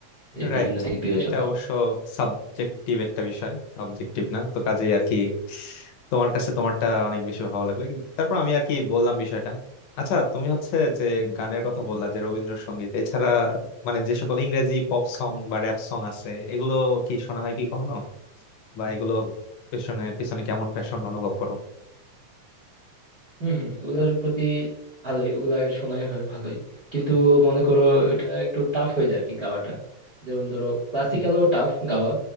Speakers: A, on the right; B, on the left.
A: যে
B: রাইট
A: বিভিন্ন দিক বিবেচনায়
B: এটা অবশ্য সাবজেক্টিভ একটা বিষয় অবজেক্টিভ না তো কাজেই আর কি তোমার কাছে তোমারটা অনেক বেশি ভালো লাগবে তারপর আমি আর কি বললাম বিষয়টা আচ্ছা তুমি হচ্ছে যে গানের কথা বললা যে রবীন্দ্রসঙ্গীত এছাড়া মানে যে সকল ইংরেজি পপ সং বা র্যাপ সং আছে এগুলো কি শোনা হয় কি কখনো বা এগুলো পেছনে পিছনে কেমন প্যাশন অনুভব করো
A: হম হম ওগুলার প্রতি ভালোই ওগুলা শোনাই হয় ভালোই কিন্তু মনে করো এটা একটু টাফ হয়ে যায় আর কি গাওয়াটা যেমন ধরো ক্লাসিক্যালও টাফ গাওয়া